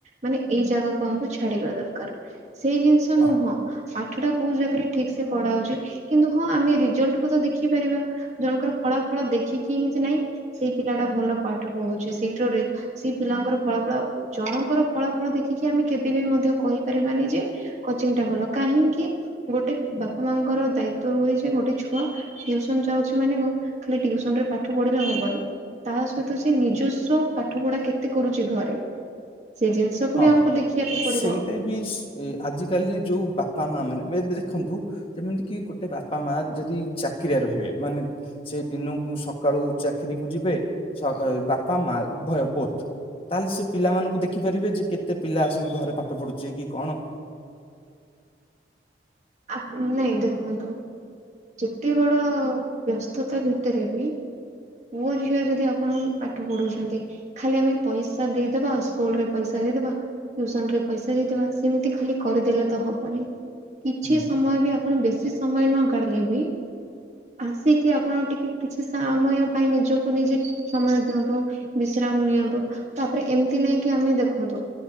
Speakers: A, on the right; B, on the left.
A: ମାନେ ଏଇ ଜାଗାକୁ ଆମକୁ ଛାଡିବା ଦରକାର। ସେଇ ଜିନିଷ
B: ହଁ
A: ନୁହଁ ପାଠଟା କୋଉ ଜକିରେ ଠିକ ସେ ପଢା ହାଉଛି କିନ୍ତୁ ହଁ ଆମେ ରିଜଲ୍ଟ କୁ ତ ଦେଖି ପାରିବା ଜଣଙ୍କର ଫଳାଫଳ ଦେଖୁ ଦେଖିକି ହିଁ ନାଇଁ ସେଇ ପିଲା ଟା ଭଲ ପାଠ ପଢୁଛି ସେଇଠା ସେ ପିଲାଙ୍କର ଫଳାଫଳ ଜଣଙ୍କର ଫଳାଫଳ ଦେଖିକି ଆମେ କେବେ ବି ମଧ୍ୟ କହିପାରିବାନି ଯେ କୋଚିଂ ଟା ଭଲ କାହିଁକି ଗୋଟେ ବାପା ମାଙ୍କର ଦାୟିତ୍ଵ ରୁହେ ଯେ ଗୋଟେ ଛୁଆ ଯାଉଛି ମାନେ ମୁ ଖାଲି ଟିଉସନ ରେ ପାଠ ପଢିଲେ ହବନି ତା ସହିତ ସେ ନିଜସ୍ଵ ପାଠ ପଢା କେତେ କରୁଚି ଘରେ? ସେ ଜିନିଷକୁ
B: ହଁ
A: ବି ଆମକୁ ଦେଖିବାକୁ ପଡିବ
B: ସେଇଟା ବି ସ ଆଜିକାଲି ଯୋଉ ବାପା ମା ମାନେ ଏବେ ଦେଖନ୍ତୁ ଯେମିତି କି ଗୋଟେ ବାପା ମା ଯଦି ଚାକିରିଆରେ ରହିବେ ମାନେ ସେ ଦିନକୁ ସକାଳୁ ଚାକିରି କୁ ଯିବେ ସ ବାପା ମା ଭୟ ବୋଥ ତାହେଲେ ସେ ପିଲାମାନଙ୍କୁ ଦେଖି ପାରିବେ ଯେ କେତେ ପିଲା ଆସୁ ଘରେ ପାଠ ପଢୁଚି କି କଣ?
A: ଆପଣ ନାଇଁ ଦେଖନ୍ତୁ ଯେତେ ବଡ ବ୍ୟସ୍ତତା ଭିତରେ ବି? ପୁଅ ଝିଅ ଯଦି ଆପଣ ପାଠ ପଢଉଛନ୍ତି ଖାଲି ଆମେ ପଇସା ଦେଇଦବା ଆଉ ସ୍କୁଲରେ ପଇସା ସା ଦେଇଦବା ଟିଉସନରେ ପଇସା ଦେଇଦବା ସେମିତି ଖାଲି କରିଦେଲେ ତ ହବନି। କିଛି
B: ହୁଁ
A: ସମୟ ବି ଆପଣ ବେଶୀ ସମୟ ନ କାଢିଲେ ବି? ଆସିକି ଆପଣ ଟିକେ କିଛି ସମୟ ପାଇଁ ନିଜକୁ ନିଜେ ସମୟ ଦିଅନ୍ତୁ ବିଶ୍ରାମ ନିଅନ୍ତୁ ତାପରେ ଏମିତି ନାଇଁକ ଆମେ ଦେଖନ୍ତୁ